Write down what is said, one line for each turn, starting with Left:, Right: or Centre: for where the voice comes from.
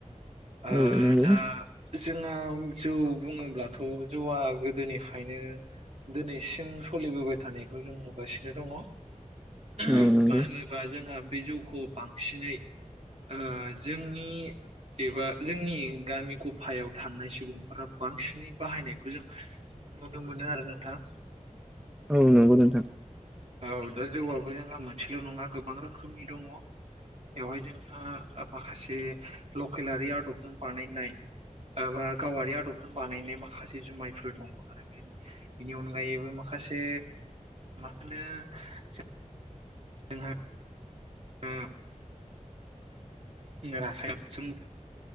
Right: ओ
Centre: औ नंगौ
Right: दा जोंहा जौ बुङोब्लाथ' जौआ गोदोनिफ्रायनो दिनैसिम सोलिबोबाय थानायखौ जों नुगासिनो दङ। म
Centre: औ नंगौ
Right: जोंहा बे जौखौ बांसिनै आ जोंनि एबा जोंनि गामि गफायाव थानाय सुबुंफोरा बांसिनै बाहायनायखौ जों नुनो मोनो आरो नोंथां।
Centre: औ नोंगौ नोंथां।
Right: औ दा जौआबो जोंहा मोनसेल' नङा गोबां रोखोमनि दङ बेवहाय जोंहा माखासे लकेलारि आदबजों बानायनायबा गावारि आदबजों बानायनाय माखासे जुमायफोर दङ आरो। बेनि अनगायैबो माखासे नो जोंहा अम रासायन